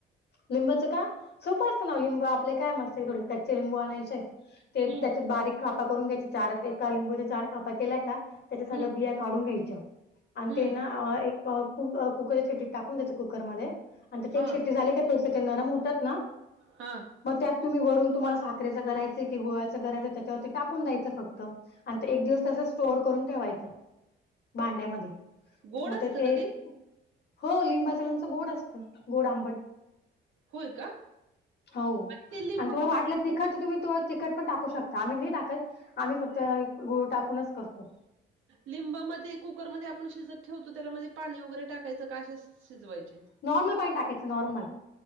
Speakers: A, on the left; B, on the right.
A: लिंबाचं का? सोपं असतं ना लिंब आपले काय मस्त आहे थोडे कच्चे लिंबू आणायचे. ते
B: हम्म
A: त्याच्यात बारीक खापा करून घ्यायचे चार एका लिंबूच्या चार खापा केल्या का त्याच्या सगळ्या
B: हम्म
A: बिया काढून घ्यायच्या आणि
B: हम्म
A: ते ना एक कु- कुकरच्या शेट्टीत टाकून द्याय कुकरमध्ये आणि ते
B: हा
A: एक शिट्टी झाली का त्याचे ते नरम होतात ना.
B: हा.
A: मग त्यात तुम्ही वरून तुम्हाला साखरेचं करायंच हाय की गुळाच कराययं, त्याच्यावर ते टाकून द्यायचं फक्त. आणि तो एक दिवस तसंच स्टोर करून ठेवायचं भांड्यामध्ये.
B: गोड
A: मग
B: असतं
A: ते तेच
B: का
A: हो लिंबाच लोणचं गोड असत गोड आंबट.
B: होय का?
A: हो आणि
B: ते लिंब
A: तुम्हाला
B: कुकर
A: वाटलं तिखट तुम्ही तवा तिखट पण टाकू शकता, आम्ही नाही टाकत. आम्ही फक्त गुळ टाकूनच करतो.
B: लिंबमध्ये कुकरमध्ये आपण शिजत ठेवतो त्यामध्ये पाणी वगैरे टाकायचं का असेच? शिजवायचे.
A: नॉर्मल पाणी टाकायचं नॉर्मल.